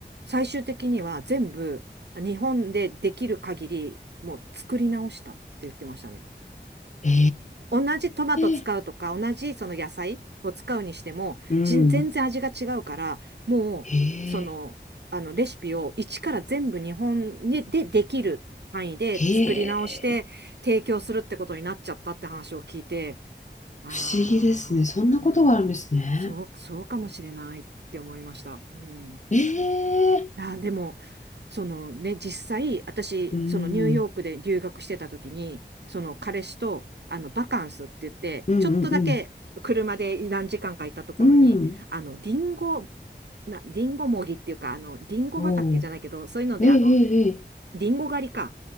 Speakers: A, on the right; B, on the left.
A: 最終的には全部日本でできる限りもう作り直したって言ってましたね。
B: え
A: 同じトマト使うとか、
B: え。
A: 同じその野菜を使うにしても、
B: うん。
A: じ全然味が違うから、もう、
B: へ
A: その、
B: え。
A: あの、レシピを一から全部日本にでできる範囲で作り直して、
B: へえ。
A: 提供するってことになっちゃったって話を聞いて、ああ、
B: 不思議ですね。そんなことがあるんですね。
A: うん、そう、そうかもしれないって思いました。うん。
B: ええ。
A: あー、でも、そのね、実際、私、
B: うん。
A: そのニューヨークで留学してた時に、その彼氏と、あの、バカンスって言って、
B: うんうん
A: ちょっとだけ車で何時間かいたところに、
B: うん。うん。
A: あの、リンゴ、な、リンゴもぎっていうか、あの、リンゴ畑じゃないけど、
B: おう。
A: そういうので、
B: ええ、
A: あの、
B: え
A: リンゴ狩りか